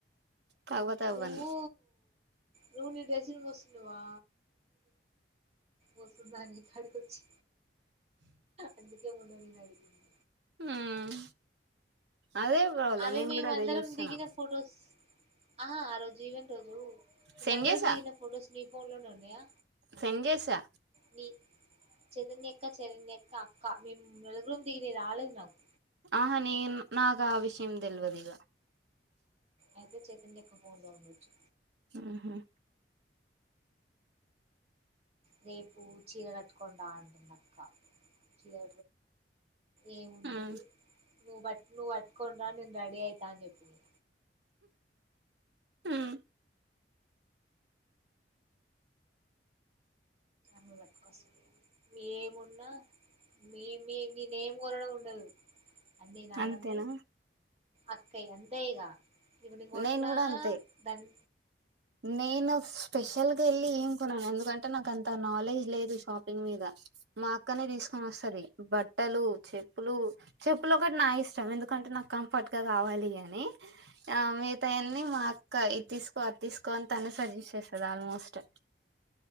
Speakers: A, on the right; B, on the right.
A: కాకపోతే అవ్వను
B: నువ్వు నువ్వు నీ డజన్ మోసుకున్నావా వస్తుందా నీకాడికచ్చి అందుకే ముందు నీనుఅడిగింది
A: మ్మ్ అదే ప్రాబ్లం
B: అవి
A: నేను
B: మేమందరం
A: కూడా అదే చూస్తున్నా
B: దిగిన ఫొటోస్ ఆ ఆ రోజు ఇవెంట్ రోజు మేమందరం
A: సెండ్ చేసా
B: దిగిన ఫొటోస్ నీ ఫోన్ లోనే ఉన్నాయా
A: సెండ్ చేసా
B: మీ చైతన్య అక్క శరణ్య అక్క అక్క మేము నలుగురు దిగినవి రాలేదు నాకు
A: ఆహ న నాకు ఆ విషయంది తేల్వది ఇగ
B: అయితే చైతన్య అక్క ఫోన్ లో ఉండొచ్చు
A: ఉహు
B: రేపు చీర కట్టుకుని డా అంటుంది అక్క చీరా ఏముంటది
A: మ్మ్
B: నువ్ బట్లు కట్టుకుని రా నేను రెడి అయితా అని చెప్పింది
A: ఉహ్ మ్
B: మీ అక్క వస్తది ఏ మున్న మేమ్ మీ మీ నేమ్ కోరడం ఉండదు అన్నే నాడమ్మ
A: అంతేనా
B: అక్కయ్ అంతేగా ఇవడి కొన్న
A: నేను కూడా అంతే
B: దన్
A: నేను స్పెషల్గా వెళ్ళి ఏముకున్నను ఎందుకంటే నాకు అంత నాలెడ్జ్ లేదు షాపింగ్ మీద మాకు క్కనే తీసుకొని వస్తది బట్ బట్టలు చెప్పులు చెప్పులు ఒకటి నా ఇష్టం ఎందుకంటే నాకు కంఫర్ట్ గా కావాలి అని ఆ మిగతాయిన్నీ మా అక్క ఇది తీసుకో అది తీసుకోని తనే సజెస్ట్ చేసది ఆల్మోస్ట్